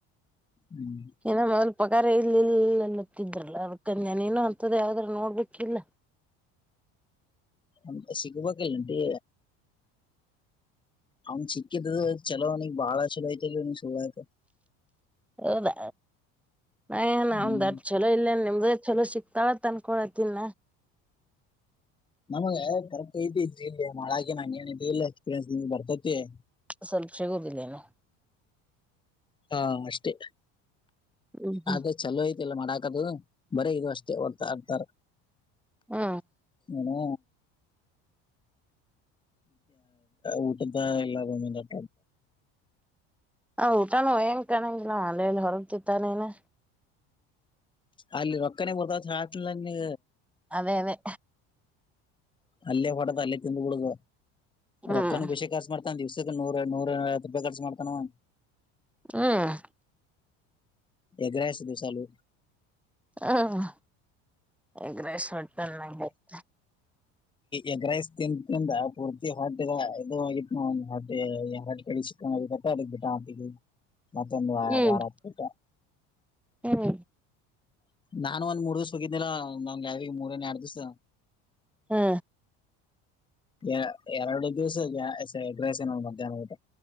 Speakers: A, on the left; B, in the centre.
A: ಹ್ಮ್
B: ಏನ್ನ ಮೊದಲ ಪಗಾರ ಇಲ್ಲ ಇಲ್ಲ ಅಂತಿದ್ರಲ್ಲ ಅದಕ್ಕ ಅಜ್ಞೆ ನೀನು ಹಂತದೆ ಯವಾದರೆ ನೋಡ್ಬೇಕಿಲ್ಲ.
A: ನ ಸಿಗ್ಬೇಕಲ್ಲಂಟೀ ಅವನ್ ಚಿಕ್ಕಿದು ಚಲೋ ನೀಗ್ ಬಾಳ ಚಲೋ ಐತಿ ಇಲ್ ನೀ <unintelligible>
B: ಹೌದಾ ನಾ ನಾ
A: ಹ್ಮ್
B: ದಡ್ ಚಲೋ ಇಲ್ಲೇನೆ ಅ್ರ ಚಲೋ ಸಿಕ್ತಾಳತ್ ಅನ್ಕೊಳತಿನ್
A: ನಮಗ ಕರ್ಕ್ ಐತಿ ಇದ ಇಲ್ಲಿ ಮಾಡಳ ಹಾಗೆ ನಾನ್ ಏನೈತೆ ಇಲ್ಲ ಎಕ್ಸ್ಪೀರಿಯನ್ಸ್ ನಿಮ್ ಬರ್ತೈತಿ <unintelligible>
B: ಸ್ವಲ್ಪ ಸಿಗೋದಿಲ್ಲೇನು
A: ಹಾ ಅಷ್ಟೇ
B: ಹ್ಮ್ ಹ್ಮ್
A: ಅದೇ ಚಲೋ ಐತಿಲ್ಲ ಮಾಡಾಕದು ಬರೇ ಇದು ಅಷ್ಟೇ ಹೊಡ್ತಾ ಆಡ್ತಾರ
B: ಹ್ಮ
A: ಏನೋ ಊಟದ ಎಲ್ಲೂಮ ನಟ
B: ಹ ಊಟಾನೂಯಂಗ ಕಾಣಂಗಿಲ್ಲ ಅಲೆಯಲ್ಲಿ ಹೊರಗ್ತಿತ್ತಾನೇನ
A: ಅಲ್ಲಿ ರೊಕ್ಕನೆೇ <unintelligible> ಹಾತ ನೀ
B: ಅದೆ ಅದೆ
A: ಅಲ್ಲೇ ಹೊಡೆದ ಅಲ್ಲೇ ತಿಂದು ಬಿುಳಗ
B: ಹ್ಮ್
A: ರೊಕ್ಕನ ಬೇಷ ಕಾರ್ಸ ಮಾಡ್ತಾ ದಿವ್ಸ ನೂರ ನೂರವ ರೂಪಾಯಿ ಖರ್ಚು ಮಾಡ್ತಾನ ಅವ
B: ಹ್ಮ್
A: ಎಗ್ರಾಯ ಸ್ದು ಚಾಲು
B: ಹ್ಮ <unintelligible>
A: ಎಗ್ರಾಯಸ್ ತಿಂ ದಿಂದ ಪೂರ್ತಿ ಹೊಟಿದ ಇದು ಆಗಿತ್ತು ನಡ್ ಕಡೆ ಸಿಕ್ಕಗತ್ತ ಅ ಬಿಟಾಕಿದ್ದೀನಿ ಮತ್ತೆಂದುಗಾರಟ
B: ಹ್ಮ್ ಹ್ಮ್
A: ನಾನನ್ ಒಂದ್ ಮೂರ್ ದಿವ್ಸ ಹೋಗಿದ್ದಿಲ್ಲ ನಮ್ಗೆ ಯಾವ ಮೂರನ್ ಎರಡ್ ದಿವ್ಸ
B: ಹಾ
A: ಎ ಎರಡು ದಿವ್ಸ ಎಗ್ರಸ ನೋ ಮಧ್ಯಾಹ್ನ ಊಟ